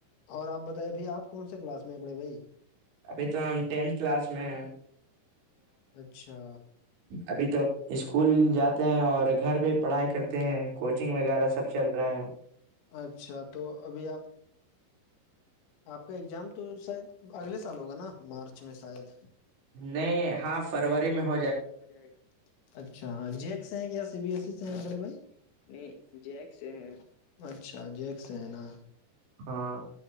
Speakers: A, on the left; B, on the right.
A: اور آپ بتے بھائی آپ کون سے کلاس میں بڑے بھائی
B: ابھی تو ہم ٹینتھ کلاس میں
A: اچھا
B: ابھی تو اسکول جاتے ہیں اور گھر پہ پڑھائی کرتے ہیں کوچنگ وغیرہ سب چل رہے ہیں
A: اچھا تو ابھی آپ آپ کا اگزام تو شاید اگلے سال ہوگا نا مارچ میں شاید
B: نہیں ہاں فروری میں ہو
A: فروری میں ہو جائے گا اچھا جیک سے ہیں کیایا سی بی ایس ای سے ہیں بڑے بھائی نہیں جیک سے ہیں اچھا جیک سے ہے نا
B: ہاں